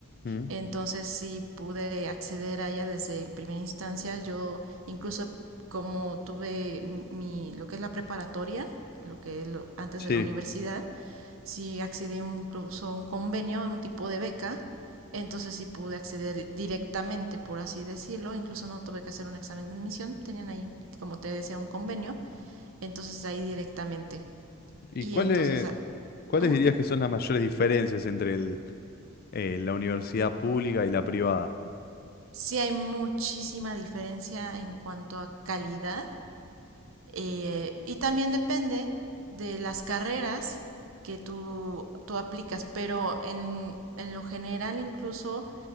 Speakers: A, on the left; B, on the right.
A: Mm,
B: Entonces sí pude acceder a ella desde primera instancia. Yo incluso como tuve mi, lo que es la preparatoria, lo que es lo- antes
A: Sí.
B: de la universidad, sí accedí incluso a un convenio, un tipo de beca, entonces sí pude acceder directamente, por así decirlo, incluso no tuve que hacer un examen de admisión, tenían ahí, como te decía, un convenio, entonces ahí directamente.
A: ¿Y
B: Y
A: cuáles,
B: entonces
A: cuáles
B: ¿Mm?
A: dirías que son las mayores diferencias entre el, eh, la universidad pública y la privada?
B: sí hay muchísima diferencia en cuanto a calidad eh, y también depende de las carreras que tú, tú aplicas, pero en, en lo general incluso